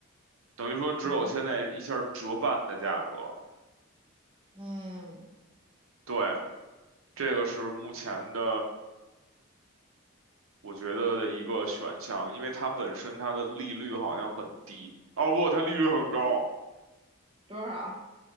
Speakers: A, on the right; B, on the right.
A: 等于说只有现在一下折半的价格。
B: 嗯嗯，
A: 对，这个是目前的我觉得的一个选项，因为它本身它的利率好像很低，哦不，它利率很高，
B: 多少？